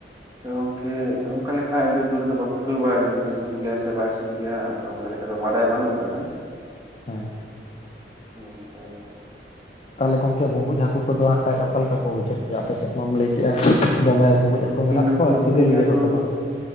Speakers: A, on the right; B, on the left.
A: ᱛᱚ ᱜᱚᱝᱠᱮ ᱚᱱᱠᱟ ᱞᱮᱠᱷᱟᱡ ᱫᱚ ᱛᱩᱲ ᱫᱚ ᱵᱟᱠᱚ ᱛᱩᱲ ᱵᱟᱲᱟ ᱠᱟᱹᱫᱤᱧᱟ ᱥᱩᱴ ᱜᱮᱭᱟ ᱥᱮ ᱵᱟᱭ ᱥᱩᱴ ᱜᱮᱭᱟ ᱛᱚ ᱚᱱᱠᱟ ᱞᱮᱠᱟ ᱫᱚ ᱵᱟᱰᱟᱭ ᱵᱟᱹᱱᱩᱜ ᱠᱟᱫᱟ᱾
B: ᱦᱮᱸ᱾
A: ᱚ ᱟᱪᱪᱷᱟ ᱟᱪᱪᱷᱟ᱾
B: ᱛᱟᱦᱚᱞᱮ ᱜᱚᱝᱠᱮ ᱵᱩᱸᱵᱩᱡ ᱦᱟᱹᱠᱩ ᱠᱚᱫᱚ ᱦᱟᱸᱜ ᱠᱷᱟᱡ ᱚᱠᱟ ᱞᱮᱠᱟ ᱠᱚ ᱵᱩᱡᱷᱟᱹᱜ ᱜᱮᱭᱟ ᱟᱯᱮ ᱥᱮᱫ ᱢᱟᱢ ᱞᱟᱹᱭ ᱠᱮᱼᱟ? ᱫᱚᱢᱮ
A: ᱟᱨ
B: ᱵᱩᱸᱵᱩᱡ
A: ᱜᱚᱝᱠᱮ
B: ᱦᱟᱹᱠᱩ ᱢᱮᱱᱟᱜ
A: ᱱᱩᱠᱩ
B: ᱠᱚᱣᱟ ᱥᱤᱵᱤᱞ
A: ᱵᱩᱸᱵᱩᱡ
B: ᱜᱮᱭᱟ
A: ᱦᱟᱹᱠᱩ
B: ᱠᱚ ᱥᱮ ᱵᱟᱝ?